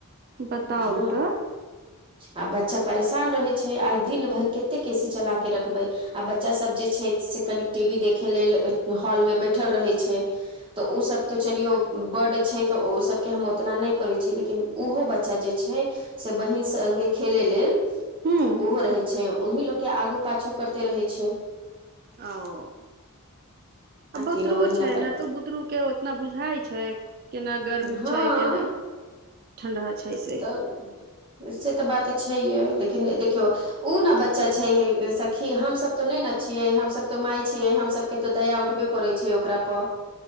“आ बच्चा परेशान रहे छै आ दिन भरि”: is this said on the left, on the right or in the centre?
Right